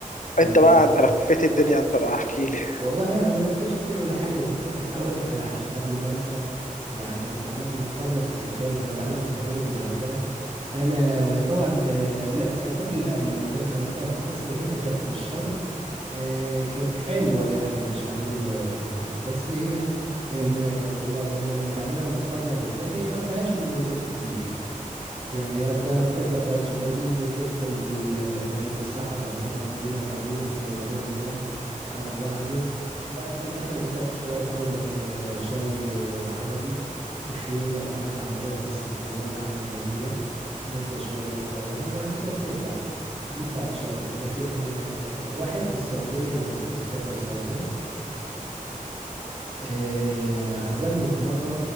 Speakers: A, on the right; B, on the left.
A: تمام
B: انت بقى انت لفيت الدنيا انت بقى احكي لي
A: والله انا ما لفتش الدنيا ولا حاجه بس انا هقول لك على عش... قبل ما انسى إيه عم... انت عملت مقارنه بالسفاري فانت عملت السفاري في الغردقه انا طبعا آه، لا السفاري اللي, اللي انا عملتها في مصر هنا كان في الشرم آه، كانت حلوة يعني مش هنقوله جا- ما- بس هي آه، ما- لو لما تعملها مقارنة بالتانية ما فيهاش مميزات كتير يعني يعني أكت- بتركب بادج باجي بتدخل في ال... في قلب الصحراء مسافة طويلة طابور زي طابور النمل ورا بعضه وبعدين في الآخر بتقعد شوية تاخد لك آه، شاي آه، عربي في خيمة في قعدة عربية في وسط الجبال قعدة جميلة مدة شوية صغيرة وبعد كده بترجع دي بتاعت شرم لكن آه، واحد في السعودية لما كنت مسافر السعودية آه، عزمني في مرة